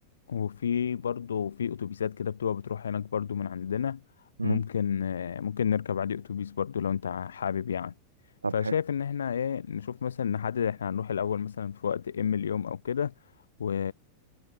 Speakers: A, on the left (about 70°); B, on the right (about 80°).
A: وفي برضه في اتوبيسات كده بتبقى بتروح هناك برضه من عندنا
B: مم.
A: ممكن آه، ممكن نركب عادي اتوبيس برضه لو انت حابب يعني
B: طب
A: فشايف
B: حلو
A: ان احنا ايه نشوف مثلا نحدد احنا هنروح الاول مثلا في وقت ام اليوم او كده و...